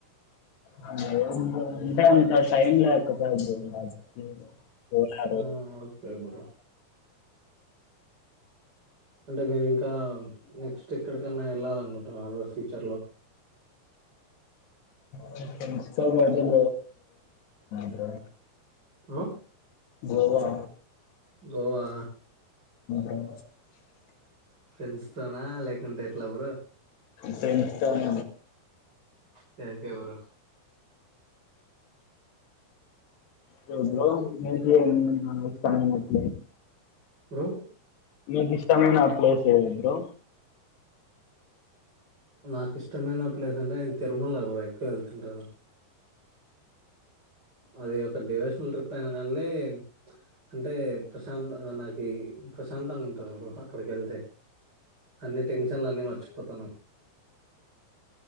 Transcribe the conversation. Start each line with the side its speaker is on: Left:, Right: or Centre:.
Left: ఆ లేదు బ్రో <inaudible> పోయారు
Right: ఆ ఓక్ కే బ్రో అంటే మీరు ఇంకా నెక్స్ట్ ఎక్కడికన్నా వెళ్ళాలనుకుంటున్నారు బ్రో ఫ్యూచర్ లో
Left: <inaudible> వింటున్నాయి bro
Right: bro
Left: Goa
Right: Goa
Left: <inaudible>
Right: friends తోనా లే కుంటే ఎట్లా బ్రో
Left: ఫ్రెండ్స్ తో <inaudible>
Right: ఫేక్ ఎవరు
Left: యస్ బ్రో మ్యూజిమయంట్
Right: బ్రో
Left: మీకు ఇష్టమైనా ప్లేస్ సేమ్ బ్రో
Right: నాకు ఇష్టమైన ప్లేస్ అంటే నేను తిరుమల కూడార ఎక్కువ వెళ్తుంటాను అది ఒక డివేషనల్ ట్రిప్ అయిన కానీలే అంటే ప్రశాంతంగా నాకి ప్రశాంతంగా ఉంటది బ్రో అక్కడికి వెళ్తే అన్నీ తెంగ్ టెన్షన్లు అని మర్చిపోతను